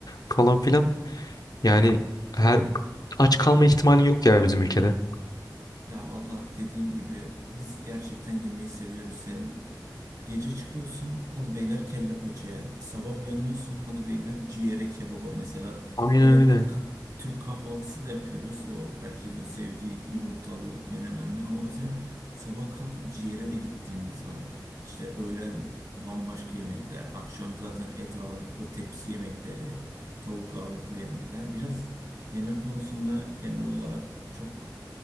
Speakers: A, on the left (about 60°); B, on the right (about 50°).
A: falan filan. Yani her aç kalma ihtimali yok ya bizim ülkede.
B: Ya valla dediğin gibi biz gerçekten yemeği seviyoruz. Senin Gece çıkıyorsun, hadi beyler kelle paçaya. Sabah uyanıyorsun, hadi beyler ciğere kebaba mesela.
A: Aynen
B: Evet,
A: öyle.
B: ka- Türk kahvaltısı da yapıyoruz. O herkesin sevdiği yumurtalı, menemenli. Ama mesela sabah kalkıp ciğere de gittiğimiz var. İşte öğlen bambaşka yemekler. Akşam zaten et ağırlıklı tepsi yemekleri, tavuk ağırlıklı yemekler. Biraz yemek konusunda genel olarak çok